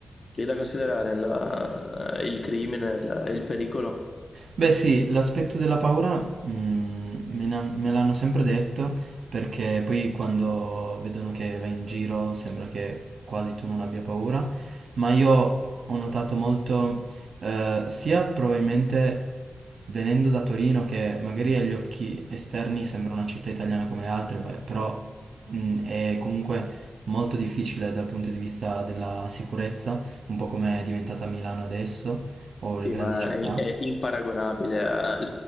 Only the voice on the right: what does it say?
Beh sì, l'aspetto della paura mm, me n'han- me l'hanno sempre detto perché poi quando vedono che vai in giro sembra che quasi tu non abbia paura, ma io ho notato molto eh, sia probabilmente venendo da Torino che magari agli occhi esterni sembra una città italiana come le altre, beh, però mm, è comunque molto difficile dal punto di vista della sicurezza, un po' come è diventata Milano adesso o le
grandi
città.